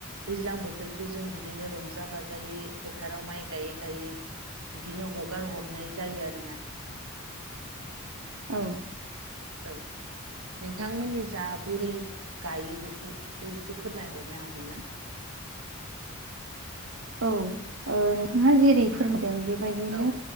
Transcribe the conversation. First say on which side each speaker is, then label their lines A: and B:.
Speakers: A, on the right (about 80°); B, on the right (about 65°).
A: दैज्लां बोथोरखौ जों बिदिनो रंजा बाजायै फोथाराव माइ गायै गायै बिदिनो हगार हरनाय जायो आरोना नोंथां
B: औ।
A: औ। नोंथांमोननि जा बोरै गायो बेखौ बो एसे फोरमायहरनो हागोन ना?
B: औ ओ नोंथाङा जेरै फोरमदों बेबायदिनो
A: औ